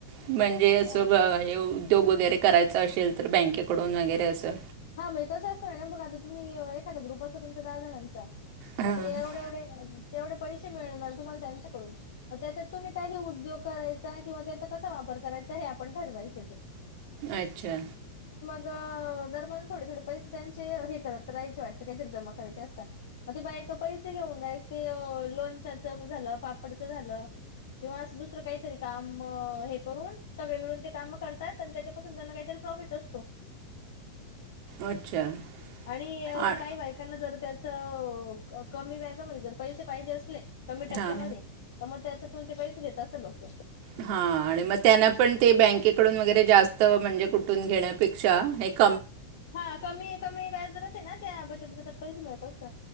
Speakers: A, on the right; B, on the left.
A: म्हणजे
B: आता
A: असं हे उद्योग वगैरे करायचा असेल तर बँकेकडून वगैरे असं
B: हा मग कसं असतं ना बघ आता तुम्ही एखादा ग्रुप असता तुमच्या दहा जणांचा
A: हां
B: मग ते एवढे एवढे तेवढे पैसे मिळणार तुम्हाला त्यांच्याकडून मग त्याच्यात तुम्ही काही उद्योग करायचा किंवा त्याचा कसा वापर करायचा हे आपण ठरवायचं ते
A: अच्छा
B: <inaudible> थोडे थोडे पैसे त्यांचे हे करत तरयचे वाटतं कारी जमा करायचे असतात मग ते बा ए पैसे घेऊन जा ते लोणच्याच झालं पापडचं झालं तेव्हा असं दुसरं काहीचं नाही काम म हे करून सगळे मिळून ते काम करतात आणि त्याच्यापासून त्यांना काहीतरी प्रॉफिट असतो
A: अच्छा
B: आणि
A: आ-
B: काही बायकांना जरा त्या <unintelligible> कमी व्याजामध्ये जर पसैसे पाहिजे असले कमी टक्क्यामध्ये,
A: हां
B: म त्याच्या कोणते पैसे देता असं लोकं?
A: हां आणि मग त्यांना पण ते बँकेकडून वगैरे जास्त म्हणजे कुठून घे <unintelligible>
B: हा, कमी कमी व्याज <unintelligible> बचत गटात पैसे मिळत